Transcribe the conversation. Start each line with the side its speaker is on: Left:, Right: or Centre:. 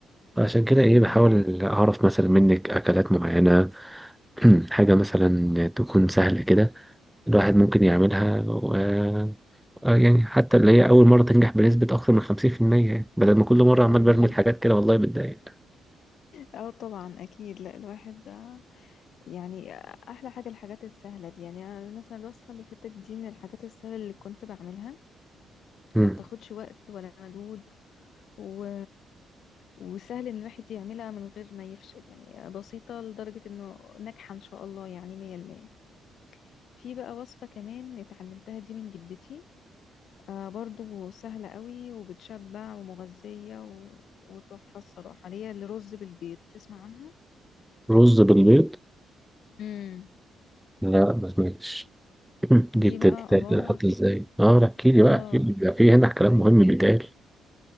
Centre: عشان كده ايه
Left: مم.
Centre: بحاول اعرف مثلا منك اكلات معينه <clears throat> حاجه مثلا تكون سهله كده الواحد ممكن يعملها آه يعني حتى اللي هي أول مرة تنجح بنسبة أكثر من 50% يعني بدل ما كل مرة عمال
Left: ايوه
Centre: برمي حاجات كده والله بتضايق
Left: اه طبعا اكيد لا الواحد ده يعني احلى حاجه الحاجات السهله دي يعني أنا مثلا الوصفه اللي فاتت دي من الحاجات السهله اللي كنت بعملها
Centre: مم.
Left: ما بتاخدش وقت ولا مجهود و... وسهل ان الواحد يعملها من غير ما يفشل يعني بسيطة لدرجة انه ناجحة ان شاء الله يعني مية المية في بقى وصفة كمان اتعلمتها دي من جدتي آه برضو سهلة قوي وبتشبع ومغذية و... وتحفة الصراحة اللي هي الرز بالبيض تسمع عنها
Centre: رز بالبيض
Left: امم
Centre: لا ما سمعتش <clears throat>
Left: دي
Centre: دي بتتحط
Left: بقى عبارة
Centre: ازاي؟ اه لا، احكي لي بقى
Left: اه
Centre: احكي لي بيبقى في هنا كلام
Left: ايوه
Centre: مهم بيتقال